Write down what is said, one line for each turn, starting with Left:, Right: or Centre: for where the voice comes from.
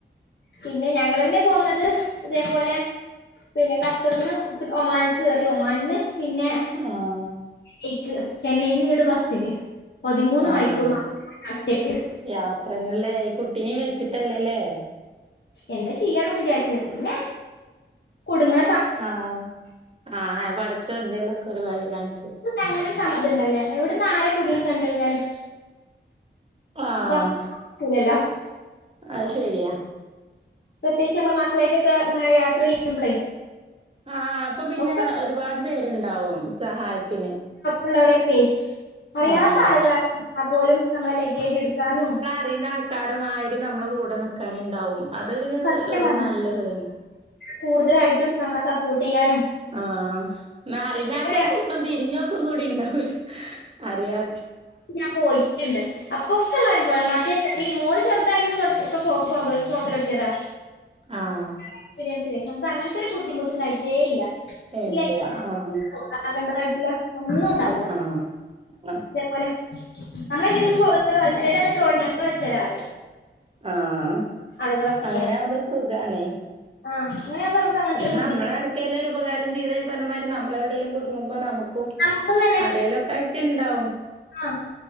Left: പിന്നെ ഞങ്ങെന്നെ പോന്നത് ഇതേപോലെ പിന്നെ കത്തർന്ന് ഒമാനിക്ക് കേറി ഒമാനിന്ന് പിന്നെ
Right: ആഹ്
Left: ക്ക്‌ ചെന്നൈയിന്ന് ഇങ്ങട്ട് ബസ്സിന് പതിമൂന്ന്
Right: ആഹ്.
Left: മണിക്കൂർ മാത്രം ഒറ്റക്ക്
Right: യാത്രന്നല്ലേ കുട്ടിനിം വെച്ചിട്ടല്ലേ ലെ
Left: എന്താ ചെയ്യാന്നൊക്കെ വിചാരിച്ചിനി പിന്നെ കുടുങ്ങ്ണ
Right: ആഹ ആഹ പടച്ചോൻ എന്തേലൊക്കെ ഒരു വഴി കാണിച്ചു
Left: അങ്ങനൊരു സമ്മത ഇണ്ടല്ലേ എവിടന്ന് ആര് കുടുങ്ങി കണ്ട് കഴിഞ്ഞാലും
Right: ആഹ്
Left: <unintelligible>
Right: അത് ശരിയാ
Left: പ്രതേകിച്ച് നമ്മൾ മക്കളായിട്ടൊക്കെ യാത്ര ചെയ്യുമ്പളെ
Right: ആഹ് അപ്പൊ പിന്നെ
Left: <unintelligible>
Right: ഒരുപാട് പേരുണ്ടാവും സഹായത്തിന്.
Left: ഉള്ളവരൊക്കെ അറിയാത്ത
Right: ആഹ്.
Left: ആളുകളായാൽ പോലും നമ്മളെ ലഗേജ് എടുക്കാനും
Right: അറിയുന്ന ആൾക്കാരുമായി നമ്മളെ കൂടെ നിക്കാനുണ്ടാവും അതൊരു
Left: സത്യമാണത്
Right: ഒരു നല്ലരുതെന്നെ
Left: കൂടുതലായിട്ടും നമ്മളെ സപ്പോർട്ട് ചെയ്യാനും
Right: ആഹ ന്നാ അറിയുന്ന
Left: അങ്ങനെ
Right: ആൾക്കാര് ചെ ലപ്പം തിരിഞ്ഞോക്കും കൂടി ഉണ്ടാവൂല അറിയാത്ത
Left: ഞാൻ പോയിട്ടുണ്ട് അപ്പൊക്കെള്ള അനുഭവാ മറ്റെ ഈ മോൾ ചെറുതായന്ന് തൊടത്തി അപ്പൊ പോക്ക് പോകൽ തൊടത്തിയതാ
Right: ആഹ്.
Left: എക്സ്പീരിയൻസല്ലേ നമുക്ക് അങ്ങനത്തെ ഒരു ബുദ്ധിമുട്ട്ണ്ടായിട്ടേ ഇല്ല
Right: ഇല്ല.
Left: ഒരു
Right: ആഹ്.
Left: ആകേണ്ടതായിട്ടില്ല ഒന്നും ഉണ്ടാവില്ല
Right: ആഹ ആ
Left: പോലെ നമ്മളയിന്റട്ത്ത്ക്ക്‌ പോകുമ്പോ പറിം ഏതാണ് ട്രോളി ഞങ്ങൾ വെച്ചരാറിം
Right: ആഹ്.
Left: ആളുകളൊക്കെ
Right: അങ്ങനാവുമ്പോ സുഖാണേ.
Left: ആഹ അങ്ങനെയാകുമ്പോ അങ്ങനത്തെ
Right: പിന്നെ
Left: ഒരു ബുദ്ധി
Right: നമ്മൾ ആർക്കേലും ഒരു ഉപകാരം ചെയ്ത ഈ പറഞ്ഞ മാതിരി നമ്മൾ എവിടെയെലും കുടുങ്ങുമ്പോ നമു ക്കും
Left: നമുക്കും തന്നെ
Right: ആരെലോക്കെ ആയി ട്ട്ണ്ടാവും
Left: ആഹ്